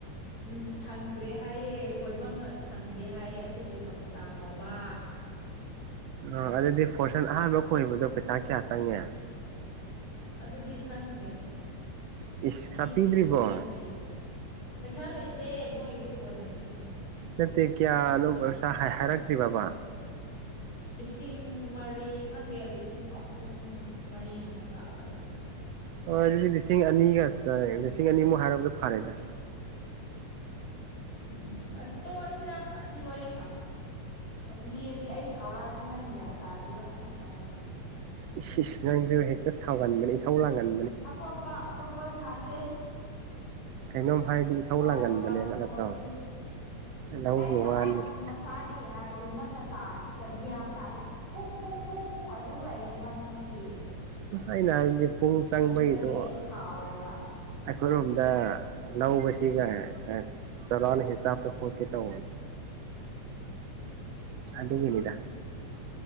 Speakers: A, on the left; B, on the right.
A: ꯎꯝ ꯁꯪꯗ꯭ꯔꯦ ꯍꯥꯏꯌꯦ ꯈꯣꯏꯕ ꯁꯪꯗꯦ ꯍꯥꯏꯌꯦ ꯑꯗꯨꯒꯤ ꯀꯕꯨꯨꯇꯥ ꯀꯧꯕ
B: ꯑ ꯑꯗꯨꯗꯤ ꯐꯣꯔꯁꯟ ꯑꯍꯥꯟꯕ ꯈꯣꯏꯕꯗꯣ ꯄꯩꯁꯥ ꯀꯌꯥ ꯆꯪꯉꯦ
A: ꯑꯗꯨꯗꯤ ꯈꯪꯗ꯭ꯔꯦ
B: ꯏꯁ
A: ꯄꯤꯗ꯭ꯔꯤ
B: ꯄꯩꯁꯥ ꯄꯤꯗ꯭ꯔꯤꯕꯣ
A: ꯐꯣꯔꯁꯟꯒꯤ ꯄꯩꯁꯥ ꯂꯩꯇꯦ ꯃꯣꯏꯗꯤ ꯀꯣꯟꯅ ꯄꯤꯒꯅꯤ
B: ꯅꯠꯇꯦ ꯀꯌꯥꯅꯧꯕ ꯍꯥꯏꯔꯛꯇ꯭ꯔꯤꯕꯕꯥ
A: ꯂꯤꯁꯤꯡ ꯃꯔꯤ ꯈꯪꯗꯦ ꯂꯤꯁꯤꯡ ꯑꯍꯨꯝ ꯃꯔꯤꯒꯨꯝꯕ ꯇꯥꯛꯒꯗ꯭ꯔꯥꯅꯤ
B: ꯍꯣꯏ ꯑꯗꯨꯗꯤ ꯂꯤꯁꯤꯡ ꯑꯅꯤꯒ ꯆ ꯂꯤꯁꯤꯡ ꯑꯅꯤꯃꯨꯛ ꯍꯥꯏꯔꯔꯕꯗꯤ ꯐꯔꯦꯗ
A: ꯎꯝ ꯑꯁ ꯇꯣꯛꯑ ꯑꯁꯤꯗ ꯑꯁꯤ ꯋꯥꯔꯤ ꯂꯤꯔꯗꯤ ꯑꯩ ꯁꯥꯎꯔꯛꯑꯅꯤ ꯅꯪ ꯒ꯭ꯌꯥꯟ ꯇꯥꯗꯦꯕ ꯑꯩ ꯍꯥꯏꯁꯦ
B: ꯏꯁ ꯏꯁ ꯅꯪꯁꯨ ꯍꯦꯛꯇ ꯁꯥꯎꯒꯟꯕꯅꯦ ꯏꯁꯥꯎ ꯂꯒꯟ
A: ꯑꯇꯣꯞꯄ ꯑꯇꯣꯞꯄ ꯁꯥꯁꯦ
B: ꯀꯩꯅꯣꯝ ꯍꯥꯏꯗꯤ ꯏꯁꯧ
A: ꯂꯧꯒꯦ
B: ꯂꯥꯡꯒꯟꯕꯅꯦꯕ
A: ꯋꯥꯁꯤ ꯇꯣꯛꯑꯁꯦ
B: ꯅꯠꯇ꯭ꯔꯣ ꯂꯧꯒꯤ
A: ꯑꯩꯅ
B: ꯋꯥꯅꯤ
A: ꯍꯥꯏꯔꯤꯁꯦ ꯉꯁꯥꯏꯗꯩ ꯍꯥꯏꯕꯗꯣ ꯅꯪꯅ ꯇꯥ ꯇ ꯒ꯭ꯌꯥꯟ ꯇꯥꯔꯦ ꯄꯨꯡ ꯄꯨꯡ ꯄꯨꯡ ꯄꯨꯡ ꯑꯗꯨꯝ ꯂꯩꯌꯦꯕ ꯅꯪꯗꯤ
B: ꯑꯩꯅ ꯍꯥꯏꯕꯗꯤ ꯄꯨꯡ ꯆꯪꯕꯩꯗꯣ
A: ꯑꯗꯨꯗꯒꯤ ꯑꯩ
B: ꯑꯩꯈꯣꯏꯔꯣꯝꯗ
A: ꯁꯥꯎꯔꯦꯕ
B: ꯂꯧꯕꯁꯤꯒ ꯁꯂꯥꯟ ꯍꯁꯥꯕ ꯍ ꯇ
A: ꯎ
B: ꯑꯗꯨꯒꯤꯅꯤꯗ